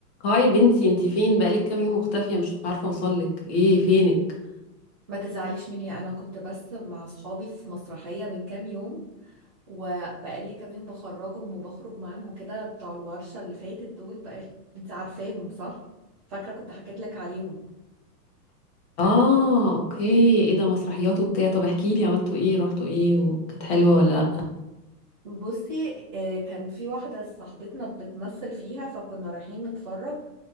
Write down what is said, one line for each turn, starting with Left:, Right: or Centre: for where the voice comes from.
Left: هاي بنتي انتي فين بقالك كام يوم مختفية مش عارفة اوصلك ايه فينك
Right: ما تزعليش مني انا كنت بس مع اصحابي في مسرحية من كام يوم وبقالي كام يوم بخرجهم وبخرج معاهم وكده بتوع الورشة اللي فاتت دول بقى انت عارفاهم صح فاكرة كنت حكيت لك عليهم
Left: اه اوكي ايه ده مسرحيات وبتاع طب احكي لي عملتوا ايه رحتوا ايه وكانت حلوة ولا لا
Right: بصي آه، كان في واحدة صاحبتنا بتمثل فيها فكنا رايحين نتفرج